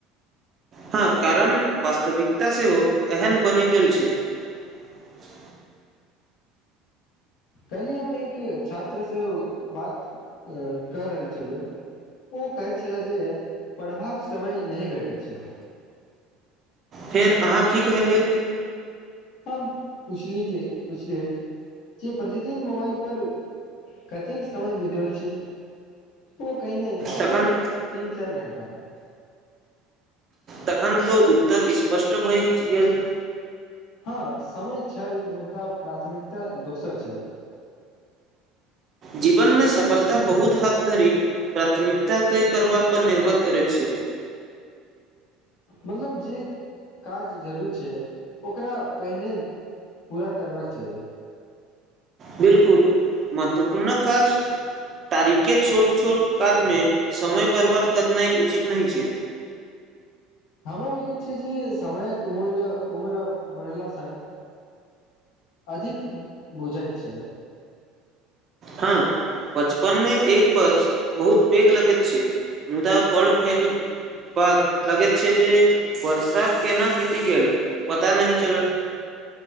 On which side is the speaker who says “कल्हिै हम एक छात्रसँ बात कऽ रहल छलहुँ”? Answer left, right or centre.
Left